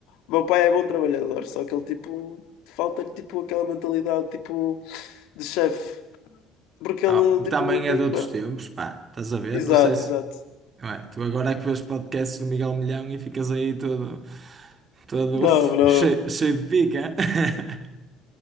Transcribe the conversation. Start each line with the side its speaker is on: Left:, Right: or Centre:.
Left: o meu pai é bom trabalhador, só que ele tipo. Falta-lhe tipo aquela mentalidade tipo. de chefe, porque
Right: Ah,
Left: ele, tipo,
Right: também
Left: não tem
Right: é de outros
Left: uma.
Right: tempos, pá. Estás a ver?
Left: Exato,
Right: Não sei se.
Left: exato.
Right: Não é? Tu agora é que vês podcasts do Miguel Milhão e ficas aí todo, todo
Left: Não,
Right: <laughs>
Left: não,
Right: cheio, cheio de pica. <laughs>